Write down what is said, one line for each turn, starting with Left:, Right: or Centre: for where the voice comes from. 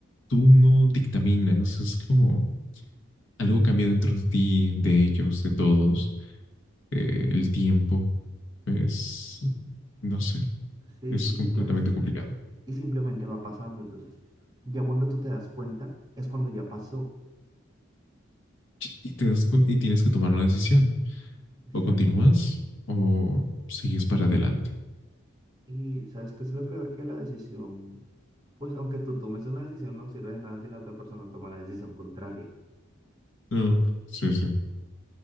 Left: Tú no dictaminas, es como algo cambia dentro de ti, de ellos, de todos, eh, el tiempo. Es, no sé,
Right: Sí,
Left: es completamente
Right: y pues,
Left: complicado.
Right: y simplemente va pasando. Entonces, ya cuando tú te das cuenta, es cuando ya pasó.
Left: Y te das cuen- y tienes que tomar una decisión.
Right: Exacto.
Left: O continúas o sigues para adelante.
Right: Y sabes que es lo peor que la decisión, pues aunque tú tomes una decisión, no sirve de nada si la otra persona toma la decisión contraria.
Left: No, sí, sí,